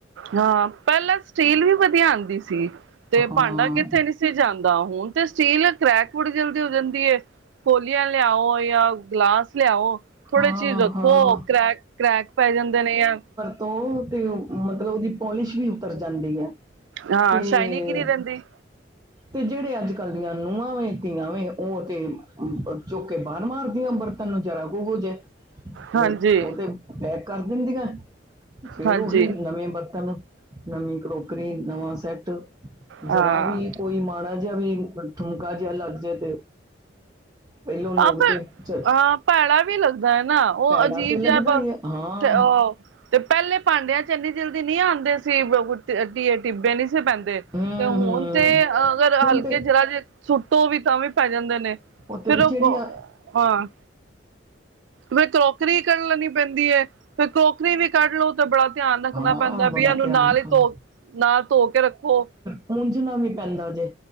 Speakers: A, on the right (about 80°); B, on the right (about 20°).
A: ਹਾਂ ਪਹਿਲਾ ਸਟੀਲ ਵੀ ਵਧੀਆ ਆਉਦੀ ਸੀ, ਤੇ
B: ਹਾਂ
A: ਭਾਂਡਾ ਕਿਥੇ- ਨਹੀ ਸੀ ਜਾਦਾ, ਹੁਣ ਤੇ ਸਟੀਲ ਕਰੈਕ ਬੜੀ ਜਲਦੀ ਹੋ ਜਾਦੀ ਹੈ। ਕੋਲੀਆਂ ਲਿਆਓ ਜਾਂ ਗਲਾਸ ਲਿਆਓ- ਥੋੜੇ
B: ਹਾਂ
A: ਚਿਰ ਰੱਖੋ
B: ਹਾਂ
A: ਕਰੈਕ- ਕਰੈਕ ਪੈ ਜਾਂਦੇ ਨੇ ਯ-
B: ਤੋਂ ਤੇ ਔ ਮਤਲਬ ਉਹਦੀ ਪੋਲਿਸ਼ ਵੀ ਉਤਰ ਜਾਂਦੀ ਹੈ।
A: ਹਾਂ
B: ਤੇ-
A: ਸ਼ਾਇਨਿੰਗ ਹੀ ਨਹੀਂ ਰਹਿੰਦੀ
B: ਤੇ ਜਿਹੜੇ ਅਜ ਕਲ ਦੀਆਂ ਨ ਨੂੰਹਾਂ ਵੇਂ, ਧੀਆਂ ਵੇਂ ਉਹ ਤੇ ਚੁਕਕੇ ਬਾਹਰ ਮਾਰਦੀਆਂਰ- ਤਲੋ ਜਰਾ ਓਹੁ ਹੋ ਜਾਏ,
A: ਹਾਂਜੀ
B: ਬਈ ਉਹ ਤੇ ਪੈਕ ਕਰ ਦਿਦੀਆਂ- ਫੇਰ
A: ਹਾਂਜੀ
B: ਉਹੀ ਨਵੇ ਬਰਤਨ- ਨਵੀ ਕਰੋਕਰੀ ਨਵਾ ਸੈਟ, ਜਰਾ
A: ਹਾਂ
B: ਵੀ- ਕੋਈ ਮਾੜਾ ਜਿਹਾ ਵੀ, ਥੁਮਕਾ ਜਿਹਾ ਲੱਗ ਜਾਏ ਤੇ ਪਹਿਲੋਂ ਲੋਗ
A: ਹਾਂ ਪਰ
B: ਤੇ ਚਲੋ
A: ਹਾਂ ਭੈੜਾ ਵੀ ਲੱਗਦਾ ਹੈ ਨਾ, ਉਹ
B: ਪੈੜਾ
A: ਅਜੀਬ
B: ਤੇ ਲੱਗਦਾ
A: ਜਿਹਾ ਅ
B: ਹੀ ਹੈ ਹਾਂ
A: ਤੇ ਪਹਿਲੇ ਭਾਂਡਿਆਂ ਚ ਇੰਨੀ ਜਲਦੀ ਨੀ ਆਉਂਦੇ ਸੀ, ਟਿੱਬੇ ਨਹੀਂ ਸੀ ਪੈਂਦੇ
B: ਹੂੰ
A: ਤੇ ਹੁਣ
B: ਹੂੰ
A: ਤੇ ਅਗਰ
B: ਹੁਣ
A: ਹਲਕੇ
B: ਤੇ
A: ਜ਼ਰਾ ਜੇ ਸੁੱਟੋ ਵੀ ਤਾਂ ਵੀ ਟੋਹੇ ਪੈ ਜਾਂਦੇ ਨੇ,
B: ਉੱਤੇ
A: ਫਿਰ
B: ਵੀ
A: ਉਹ
B: ਜਿਹੜੀਆਂ
A: ਹਾਂ ਫਿਰ ਕਰੋਕਰੀ ਕੱਢ ਲੈਣੀ ਪੈਂਦੀ ਹੈ, ਫੇਰ ਕਰੋਕਰੀ ਵੀ ਕੱਢ ਲਓ ਤੇ ਬੜਾ ਧਿਆਨ ਰੱਖਣਾ
B: ਹਾਂ
A: ਪੈਂਦਾ
B: ਬੜਾ
A: ਵੀ ਇਹਨੂੰ
B: ਧਿਆਨ
A: ਨਾਲ
B: ਰੱਖਣਾ
A: ਹੀ, ਧੋ ਨਾਲ ਧੋ ਕੇ ਰੱਖੋ
B: ਪੁੱਜਣਾ ਵੀ ਪੈਂਦਾ ਜੇ,